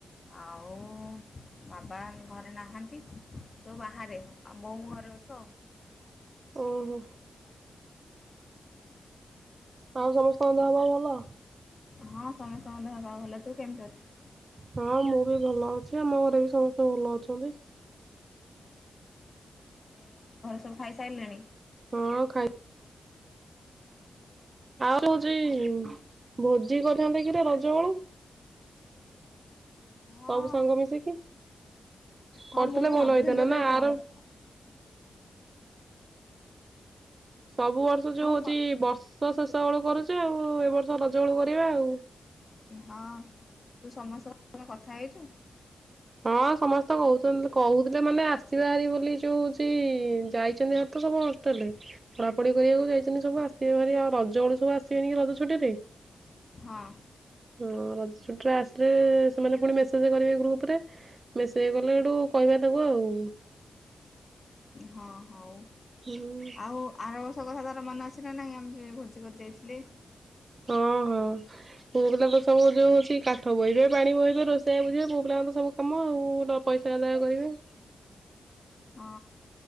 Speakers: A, on the left; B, on the right.
A: ଆଉ ବାବା ଆନ ଘରେ ନାହାନ୍ତି? ସବୁ ବାହାରେ ବୋଉ ମୁଁ ଘରେ ଅଛୁ ଆଉ।
B: ଓହୋ। ଆଉ ସମସ୍ତଙ୍କ ଦେହ ପାହା ଭଲ?
A: ହଁ ସମସ୍ତଙ୍କ ଦେହ ପାହା ଭଲ। ତୁ କେମିତି ଅଛୁ?
B: ହଁ ମୁଁ ବି ଭଲ ଅଛି। ଆମ ଘରେ ବି ସମସ୍ତେ ଭଲ ଅଛନ୍ତି।
A: ଏ ଘରେ ସବୁ ଖାଇ ସାଇଲେଣି?
B: ହଁ ଖାଇ <unintelligible>
A: ହଁ
B: ସବୁ ସାଙ୍ଗ ମିଶିକି?
A: ହଁ
B: କରିଥିଲେ
A: ମୁଁ ବି
B: ଭଲ
A: ଭାବୁଥିଲି
B: ହେଇଥାନ୍ତା।
A: ତତେ
B: ନା ଆର
A: ଜଣେଇବି
B: ସବୁ ବର୍ଷ ଯୋଉ
A: ହଁ
B: ହଉଛି
A: କ
B: ବର୍ଷ ଶେଷ ବେଳୁ କରୁଚୁ ଆଉ ଏ ବର୍ଷ ରଜ ବେଳୁ କରିବା ଆଉ।
A: ହଁ ତୁ ସମସ୍ତଙ୍କ କଥା ହେଇଛୁ?
B: ହଁ ସମସ୍ତେ କହୁଛନ୍ତି କହୁଥିଲେ ମାନେ ଆସିବେ ହାରି ବୋଲି ଯୋଉ ହଉଛି ଯାଇଛନ୍ତି ହାରି ତ ସବୁ। ଲେ ପଢାପଢି କରିବାକୁ ଯାଇଛନ୍ତି ସବୁ ଆସିବେ ଭାରି ଆଉ ରଜ ବେଳୁ ସବୁ ଆସିବେନି କି ରଜ ଛୁଟିରେ।
A: ହଁ।
B: ହଁ, ରଜଛୁଟିରେ ଆସିଲେ ସେମାନେ ପୁଣି ମେସେଜ କରିବେ ଗ୍ରୁପ ରେ ମେସେଜ କଲେ ହେଠୁ କହିବା ତାଙ୍କୁ ଆଉ।
A: ହଁ ହଉ।
B: ହୁଁ
A: ଆଉ ଆର ବର୍ଷ କଥା ତାର ମନେ ଅଛି ନା ନାହିଁ ଆମେ ଯୋଉ ଭୋଜି କରି ଯାଇଥିଲେ?
B: ହଁ ହଁ। ମୋ ପିଲା ତ ସବୁ ଯୋଉ ଅଛି କାଠ ବୋହିବେ, ପାଣି ବୋହିବେ, ରୋଷେଇଆ ବୁଝିବେ ପୁଅ ପିଲାଙ୍କ ତ ସବୁ କାମ ଆଉ ଗୋଟେ ପଇସା ଆଦାୟ କରିବେ।
A: ହଁ